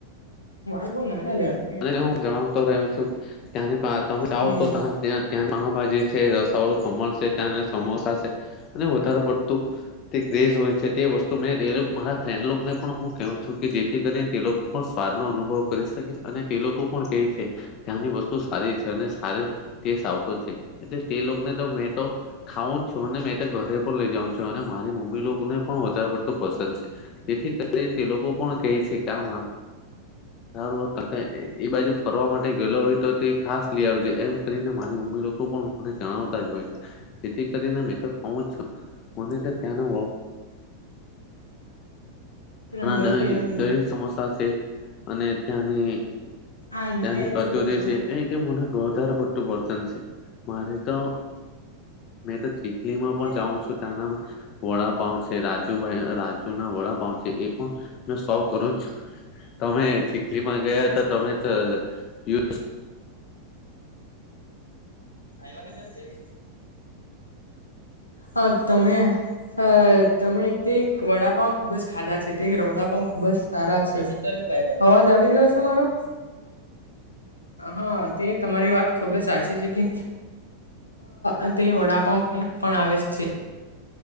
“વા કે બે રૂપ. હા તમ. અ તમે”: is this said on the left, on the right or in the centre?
Left